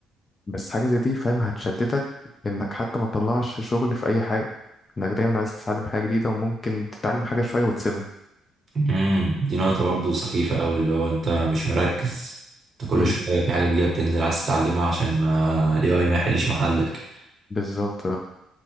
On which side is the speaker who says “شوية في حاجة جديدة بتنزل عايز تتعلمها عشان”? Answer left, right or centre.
Right